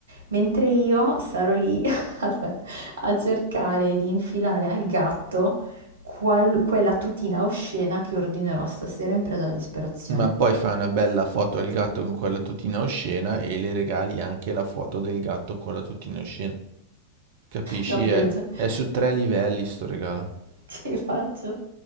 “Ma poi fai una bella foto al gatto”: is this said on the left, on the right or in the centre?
Right